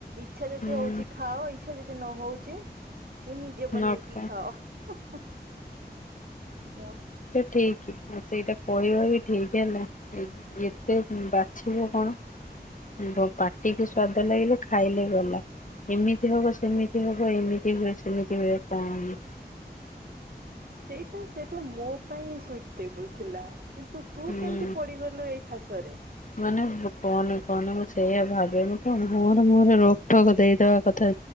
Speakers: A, on the right; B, on the left.
A: ଇଚ୍ଛା ଯଦି
B: ହୁଁ
A: ହଉଚି ଖାଅ ଇଚ୍ଛା ଯଦି ନ ହଉଚି ନିଜେ ବନେଇକି
B: ନଖା
A: ଖାଅ, <unintelligible> ମୋଟ
B: ଠିକ୍ ଆଉ ସେଇଟା କହିବା ବି ଠିକ୍ ହେଲା
A: ହୁଁ
B: ଏତେ ବାଛିବୁ କଣ ପାଟିକି ସ୍ଵାଦ ଲାଗିଲେ ଖାଇଲେ ଗଲା। ଏମିତି ହବ ସେମିତି ହବ ଏମିତି ହୁଏ ସେମିତି ହୁଏ କଣ।
A: ସେଇଟା-ସେଇଟା ମୋ ପାଇଁ ସୁଇଟେବୁଲ୍ ଥିଲା। କିନ୍ତୁ ତୁ
B: ହୁଁ।
A: କେମିତି ପଡିଗଲୁ ଏଇ ଫାସରେ?
B: ମାନେ କହନି-କହନି ମୁଁ ସେଇଆ ଭାବେ ମୁଁ ତ ମୁହଁରେ-ମୁହଁରେ ରୋକ୍ ଠୋକ୍ ଦେଇଦବା କଥା